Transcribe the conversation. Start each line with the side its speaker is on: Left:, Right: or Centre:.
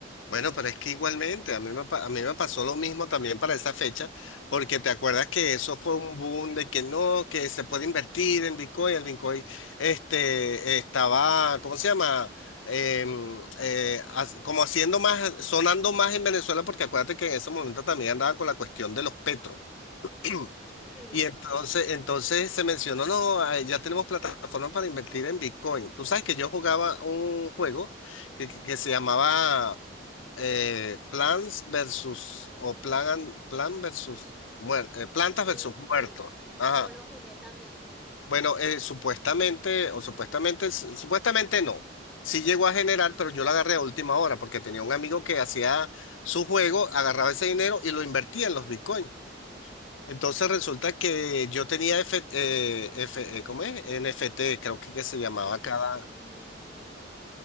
Left: Bueno, pero es que igualmente, a mí me, pa- a mí me pasó lo mismo también para esa fecha, porque te acuerdas que eso fue un boom de que no, que se puede invertir en Bitcoin, el Bitcoin, este, estaba, ¿cómo se llama? Em, eh, as- como haciendo más, sonando más en Venezuela, porque acuérdate que en ese momento también andaban con la cuestión de los petros. <clears throat>
Centre: Sí,
Left: Y entonces, entonces se mencionó, no, ah, ya tenemos plataformas para invertir en Bitcoin. Tú sabes que yo jugaba un juego que, que- que se llamaba eh, Plants versus o Plan, Plan versus muer- eh, Plantas
Centre: eh,
Left: versus Muertos.
Centre: sí,
Left: Ajá.
Centre: yo lo jugué también.
Left: Bueno, eh, supuestamente, o supuestamente, s- supuestamente no. Sí llegó a generar, pero yo lo agarré a última hora porque tenía un amigo que hacía su juego, agarraba ese dinero y lo invertía en los Bitcoin. Entonces resulta que yo tenía F, eh, F- eh, ¿cómo es? NFT, creo que, que se llamaba
Centre: En el-
Left: cada...
Centre: mm,